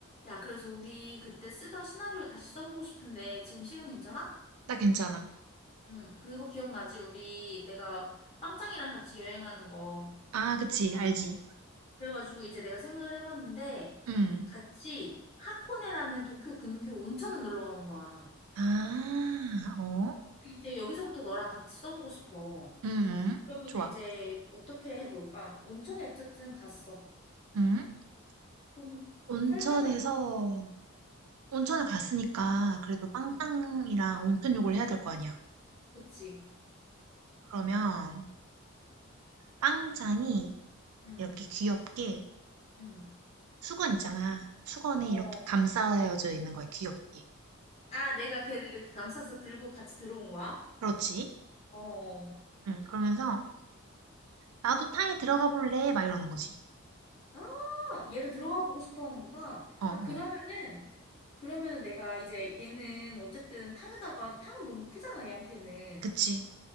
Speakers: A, on the left; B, on the right.
A: 야, 그래서 우리 그때 쓰던 시나리오 다시 써보고 싶은데 지금 시간 괜찮아?
B: 나 괜찮아.
A: 응, 그거 기억나지? 우리 내가 빵짱이랑 같이 여행하는 거.
B: 아, 그치, 알지.
A: 그래가지고 이제 내가 생각을 해봤는데
B: 음.
A: 같이 하코네라는 도쿄 근교 온천을 놀러 가는 거야.
B: 아, 어?
A: 그 이제 여기서부터 너랑 같이 써보고 싶어.
B: 음, 응
A: 그러면
B: 좋아.
A: 이제 어떻게 해볼까? 온천에 어쨌든 갔어.
B: 음.
A: 그럼
B: 온천에서,
A: 설정을 좀
B: 온천을 갔으니까 그래도 빵짱이랑
A: 응,
B: 온천 욕을 해야 될 거 아니야.
A: 그치.
B: 그러면 빵짱이
A: 응,
B: 이렇게 귀엽게
A: 응.
B: 수건 있잖아. 수건에
A: 어.
B: 이렇게 감싸여져 있는 거야, 귀엽게.
A: 아, 내가 걔를 이렇게 감싸서 들고 같이 들어온 거야?
B: 그렇지?
A: 어.
B: 응, 그러면서 나도 탕에 들어가 볼래? 막 이러는 거지.
A: 아, 얘가 들어가 보고 싶어 하는구나.
B: 어, 어.
A: 아, 그러면은, 그러면은 내가 이제 얘는 어쨌든 탕에다가, 탕은 너무 크잖아, 얘한테는.
B: 그치.